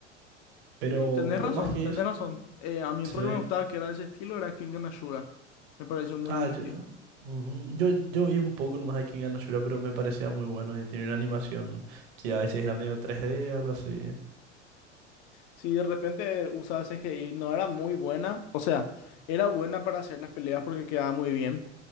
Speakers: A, on the right; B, on the left.
A: Pero,
B: Sí, tenés
A: pero
B: razón,
A: más que
B: tenés
A: eso,
B: razón. Eh, a mí
A: sí.
B: otro que me gustaba que era de ese estilo era Kengan Ashura. Me pareció muy
A: Ah,
B: divertido.
A: yo, ujú, Yo, yo vi un poco nomás de Kengan no Shura, pero me parecía muy bueno y tenía una animación que a veces era medio 3D, algo así.
B: Sí, de repente usaba CGI, no era muy buena. O sea, era buena para hacer las peleas porque quedaba muy bien.